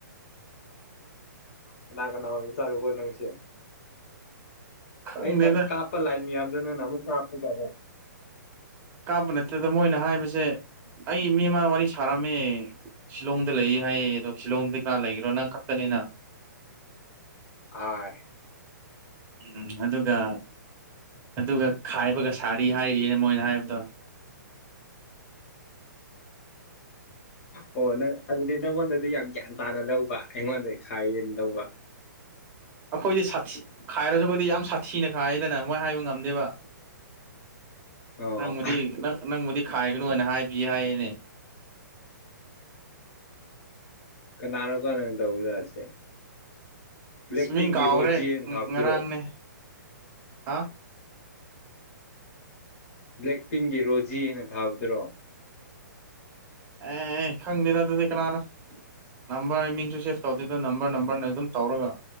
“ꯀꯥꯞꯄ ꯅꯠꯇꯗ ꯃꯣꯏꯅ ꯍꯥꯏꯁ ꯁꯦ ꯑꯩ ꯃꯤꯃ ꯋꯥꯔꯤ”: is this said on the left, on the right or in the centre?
Right